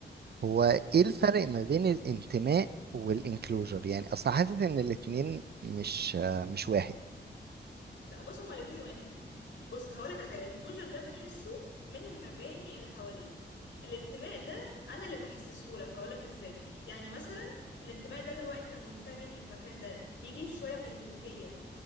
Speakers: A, on the right; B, on the left.
A: هو ايه
B: قول
A: الفرق ما بين الانتماء والانكلوجر يعني اصلا حاسس ان الاتنين مش مش واحد
B: لا بص هما الاتنين واحد بص هقولك على حاجة الانكلوجر ده بتحسه من المباني اللي حواليك الانتماء ده أنا اللي بحسسهولك هقولك إزاي يعني مثلا الانتماء ده اللي هو أنت منتمي للمكان ده بيجي شوية من الملكية